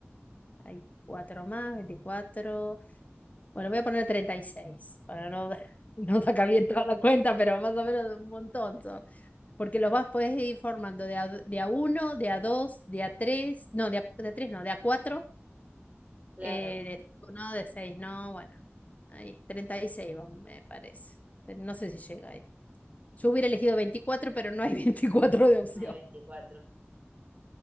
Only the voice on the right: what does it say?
Claro,
no
9, 24.